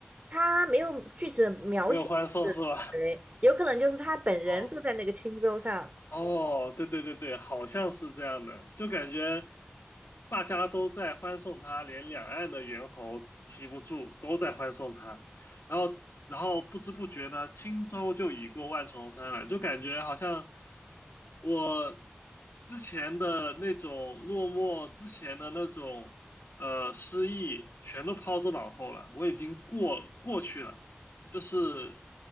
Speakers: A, on the right; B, on the left.
A: 他没有具体的描写，
B: 没有欢送是吧？
A: 是谁有可能就是他本人住在那个青州上。
B: <laughs> 哦，哦，对对对对，好像是这样的，就感觉大家都在欢送他，连两岸的猿猴提不住，都在欢送他。然后，然后不知不觉呢，轻舟就已过万重山了，就感觉好像我之前的那种落寞，之前的那种呃失意，全都抛之脑后了，我已经过过去了。就是，